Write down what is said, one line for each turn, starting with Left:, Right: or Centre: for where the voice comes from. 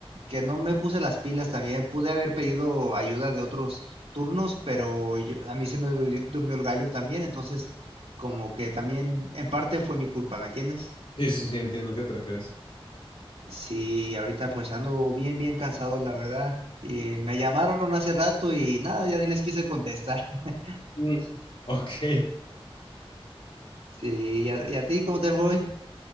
Right: que no me puse las pilas también, pude haber pedido ayuda de otros turnos, pero yo- a mí se me du- durmió el gallo también, entonces como que también en parte fue mi culpa, ¿me entiendes?
Left: sí, sí, sí, entiendo a qué te refieres.
Right: Sí, ahorita pues ando bien, bien cansado, la verdad. Eh, me llamaron hace rato y nada, ya ni les quise contestar. <laughs>
Left: Mm. Ok,
Right: Sí, ¿y a, y a ti cómo te fue